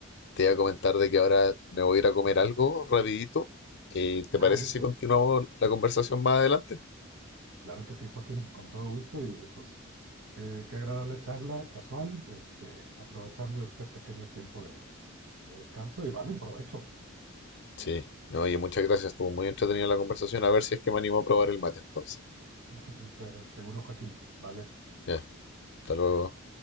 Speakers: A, on the left; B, on the right.
A: Te iba a comentar de que ahora me voy a ir a comer algo rapidito. Eh, ¿te
B: Ah,
A: parece
B: listo.
A: si continuamos la conversación más adelante?
B: Claro que sí, Joaquín, con todo gusto y pues qué, qué agradable charla casual, este, aprovechando este pequeño tiempo de, de descanso y vale, provecho.
A: Sí, no, oye, muchas gracias. Estuvo muy entretenida la conversación. A ver si es que me animo a probar el mate entonces.
B: <laughs> Se- Seguro, Joaquín, vale.
A: Ya, hasta luego.